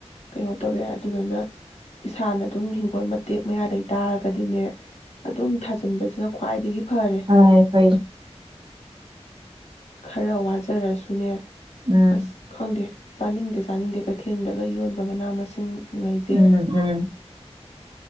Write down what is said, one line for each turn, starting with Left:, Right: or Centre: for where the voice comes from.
Left: ꯀꯩꯅꯣ ꯇꯧꯔꯦ ꯑꯗꯨꯗꯨꯅ ꯏꯁꯥꯅ ꯑꯗꯨꯝ ꯍꯤꯡꯒꯣꯜ ꯃꯇꯦꯛ ꯃꯌꯥ ꯂꯩꯇꯥꯥꯔꯒꯗꯤꯅꯦ ꯑꯗꯨꯝ ꯊꯥꯖꯤꯟꯕꯁꯤꯅ ꯈ꯭ꯋꯥꯏꯗꯒꯤ ꯐꯔꯦ
Right: ꯑ ꯐꯥꯏ
Left: ꯈꯔ ꯋꯥꯖꯔꯁꯨꯅꯦ
Right: ꯎꯝ
Left: ꯑꯁ ꯈꯥꯡꯗꯦ ꯆꯥꯅꯤꯡꯗꯦ ꯆꯥꯅꯤꯡꯗꯦ ꯀꯩꯊꯦꯜꯗꯒ ꯌꯣꯟꯕ ꯃꯅꯥ ꯃꯁꯤꯡ ꯉꯩꯁꯦ
Right: ꯎꯝ ꯎꯝ